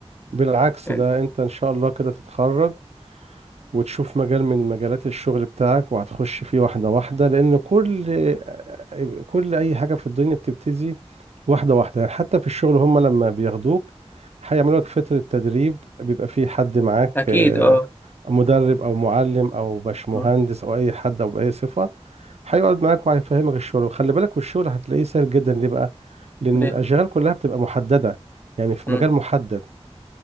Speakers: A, on the right; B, on the left.
A: بالعكس
B: يعني
A: ده انت ان شاء الله كده تتخرج وتشوف مجال من مجالات الشغل بتاعك وهتخش فيه واحدة واحدة لان كل آه، كل اي حاجة في الدنيا بتبتدي واحدة واحدة يعني حتى في الشغل هم لما بياخدوك هيعملوا لك فترة تدريب بيبقى فيه حد معاك
B: اكيد
A: آه،
B: اه
A: مدرب او معلم او باشمهندس
B: مم.
A: او اي حد او باي صفة هيقعد معاك وهيفهمك الشغل وخلي بالك والشغل هتلاقيه سهل جدا ليه بقى لان
B: ليه
A: الاشغال كلها بتبقى محدده يعني في
B: مم.
A: مجال محدد